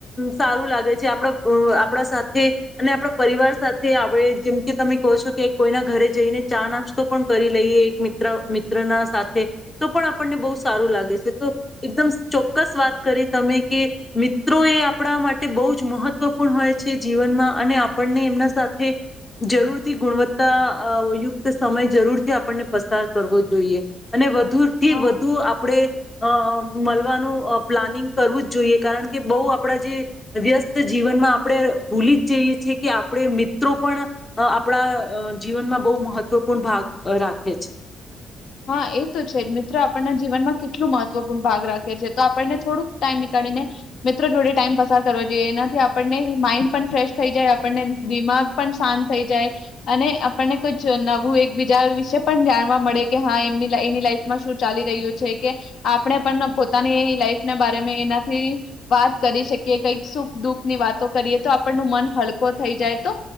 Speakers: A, on the left; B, on the left.
A: સારું લાગે છે આપણા આપણા સાથે- અને આપણા પરિવાર સાથે આપણે જેમ કે તમે કહો છો કે કોઈના ઘરે જઈને ચા નાસ્તો પણ કરી લઈએ એક મ્ર મિત્ર ના સાથે તો પણ આપણને બહુ સારું લાગે છે. તો એકદમ ચોક્કસ વાત કરી તમે કે મિત્રો એ આપણા માટે બહુ જ મહત્વપૂર્ણ હોય છે જીવનમાં. અને આપણને એમના સાથે જરૂરથી ગુણવત્તાયુક્ત સમય જરૂરથી આપણને પસાર કરવો જોઈએ અને વધુ થી
B: હા
A: વધુ આપડે અ અ મળવાનું પ્લાનિંગ કરવું જ જોઈએ કારણ કે બઉ આપણા જે વ્યસ્ત જીવનમાં આપણે ભૂલી જયે છે કે આપણે મિત્રો પણ આપણા અ જીવનમાં બહુ મહત્વપૂર્ણ ભાગ રાખે છે.
B: હા એ તો છે જ મિત્ર આપણના જીવનમાં કેટલું મહત્વપૂર્ણ ભાગ રાખે છે તો આપણને થોડુંક ટાઈમ નીકળીને મિત્રો જોડે ટાઈમ પસાર કરવો જોઈએ, એનાથી આપણને માઇઈન્ડ પણ ફ્રેશ થઈ જાય, આપણને દિમાગ પણ શાંત થઈ જાય, અને આપણને કુછ નવું એકબીજા વિશે પણ જાણવા મળે. કે હા એમની એની લાઈફમાં શું ચાલી રહ્યું છે કે આપણે પણ પોતાની લાઈફના બારે મા એનાથી વાત કરી શકીએ કઈક સુખ દુઃખ ની વાતો કરીએ તો આપણ ન મન હલકો થઈ જાય તો